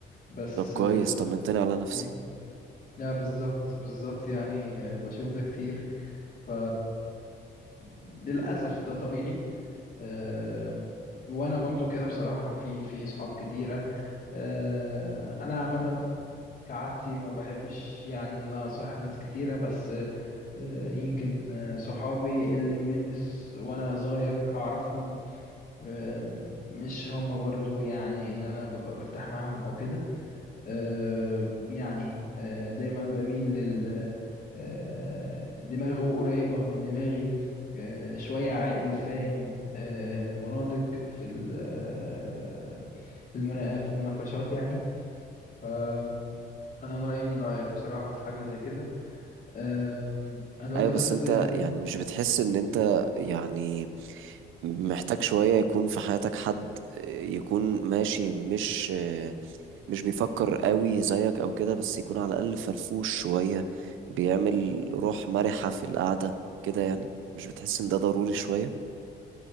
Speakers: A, on the left; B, on the right.
A: بس
B: طب كويس طمنتني على نفسي
A: آه، لا بالظبط بالظبط يعني آه، بشوف ده كتير ف للأسف ده طبيعي آم، وانا برضو كده بصراحة في في صحاب كتيرة آه، انا عامة كعادتي ما بحبش يعني انا صاحب ناس كتيرة بس آه، يمكن آه، صحابي اللي من الس- وانا صغير اعرفهم آم، مش هم برضو يعني ان انا ببقى برتاح معاهم او كده آه، يعني آه، دايما بميل لل آه، دماغه قريبة من دماغي آه، شوية عاقل فاهم آه، وناضج في ال- آه، في المنا- في المناقشات يعني فأنا رأيي من رأيك بصراحة في حاجة زي كده آم، أنا دلوقتي
B: ايوه
A: بس
B: بس انت
A: يعني
B: يعني مش
A: مم.
B: بتحس ان انت يعني محتاج شوية يكون في حياتك حد آه، يكون ماشي مش آه، مش بيفكر قوي زيك او كده بس يكون على الاقل فرفوش شوية بيعمل روح مرحة في القعدة كده يعني مش بتحس ان ده ضروري شوية